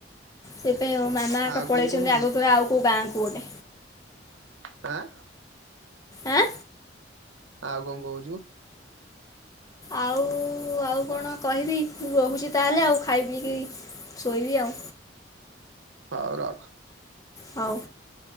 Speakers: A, on the left; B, on the right.
A: ସେପାଇଁ ଆଉ ମୋ ମାମା
B: ଆଉ
A: ପଳେଇଚନ୍ତି
B: କଣ କହୁଛୁ
A: ଆଗତୁରା ଆଉ କଉ ଗାଁ କୁ ଗୋଟେ।
B: ଆଁ।
A: ଆଁ।
B: ଆଉ କଣ କହୁଚୁ?
A: ଆଉ -ଆଉ କଣ କହିବି ମୁ ରହୁଚି ତାହେଲେ ଆଉ ଖାଇ ପିଇକି ଶୋଇବି ଆଉ।
B: ହଉ ରଖ।
A: ହଉ